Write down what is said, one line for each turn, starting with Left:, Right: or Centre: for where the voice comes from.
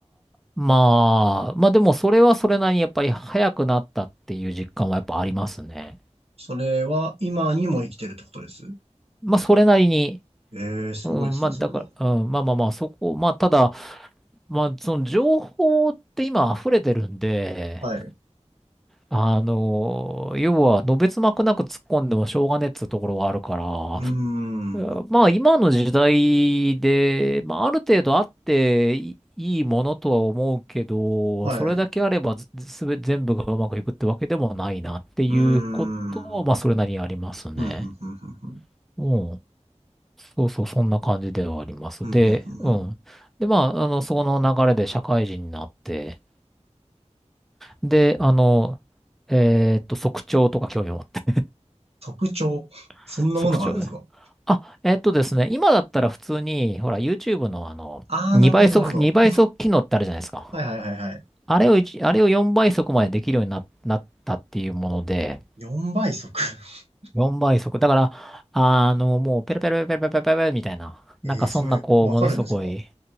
Centre: まあ、まあでもそれはそれなりにやっぱり早くなったっていう実感はやっぱありますね。
Right: それは今にも生きてるってことです
Centre: まあ、それなりに、
Right: ええー、すごいですね、
Centre: うん、まあ、だから、
Right: それは。
Centre: うん、まあまあまあ、そこ、まあ、ただ、まあ、その情報って今溢れてるんで、
Right: はい。う
Centre: あの、要は、のべつ幕なく突っ込んでもしょうがねえっつうところはあるから、
Right: ーん。
Centre: うんまあ、今の時代で、まあ、ある程度あっていいいものとは思うけど、
Right: はい。
Centre: それだけあればず、
Right: う
Centre: すべ、全部がうまくいくってわけでもないなっていうことは、
Right: ーん。
Centre: まあ、それなりにありますね。
Right: ふんふんふんふんふん。
Centre: うん。そうそう、そんな感じではあります。
Right: ふんふんふんふん。
Centre: で、うん。で、まあ、あの、その流れで社会人になって、で、あの、えーっと、速聴とか興味を持って、
Right: 特徴。
Centre: <laughs>
Right: そんなものがあるんですか
Centre: 速聴、あ、えーっとですね、今だったら普通に、ほら、YouTube のあの、
Right: ああー、
Centre: 2倍速、
Right: なるほど、なるほど。
Centre: 2倍速機能ってあるじゃないですか。
Right: はいはいはいはい。
Centre: あれを一あれを4倍速までできるようにな、なったっていうもので、
Right: 4倍速。<laughs>
Centre: 4倍速。だから、あの、もう、ペラペラペラペラペラペラペラみたいな、
Right: ええー、
Centre: なんかそんな、
Right: それ、
Centre: こう、
Right: わかるんですかは
Centre: ものすごい、